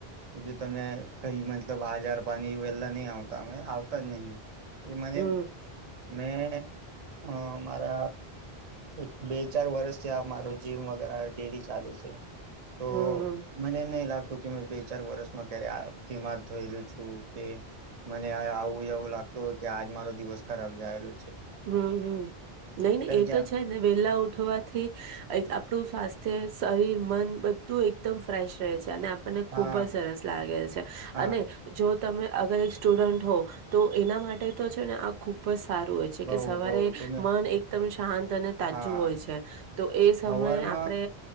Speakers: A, on the right; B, on the right.
A: એ જો તમે કઈ મતલબ આજાર. પાણી વહેલા નહી આવતા અ આવતા જ નહી. એ મને
B: હમ
A: મેં. હમ મારા એક
B: હમ
A: બે ચાર વર્ષથી આ મારો જીમ વગે ડેડી ચાલે છે તો
B: હમ
A: મને નહી લાગત તો કે મેં બે ચાર વરષમાં ક્યારે બીમાર થયેલું છું કે મને આવું એવું લાગતું કે આજ મારો દિવસ ખરાબ જયેલો
B: હમ હમ નહી નને એ
A: જ
B: તો છે ને વેલા ઉઠવાથી આપણું સ્વાસ્થ્ય શરીર મન બધું એકદમ ફ્રેશ રહે છે ને આપણને
A: હા
B: ખુબ જ સરસ લાગે છે
A: હા
B: અને જો તમે અગર એક સ્ટુડન્ટ હો તો એના માટે તો છે ને આ ખુબ જ સારું હો છે
A: બઉ
B: કે સવારે
A: બઉ તો મે
B: મન એકદમ શાંત અને તાજું
A: હા
B: હોય છે તો એ સમયે
A: હવારમાં
B: આપણે